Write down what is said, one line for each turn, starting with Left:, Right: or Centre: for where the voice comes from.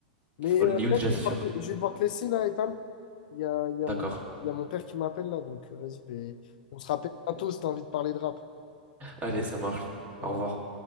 Left: Mais
Right: Only
Left: euh,
Right: You,
Left: là,
Right: déjà,
Left: je vais
Right: c'est
Left: devoir,
Right: sûr.
Left: te- je vais devoir te laisser, là, Ethan. Il y a, il y
Right: D'accord.
Left: a mon, il y a mon père qui m'appelle, là, donc euh, vas-y, ben, on se rappelle bientôt si t'as envie de parler de rap.
Right: Allez, ça marche.
Left: Ouais,
Right: Au revoir.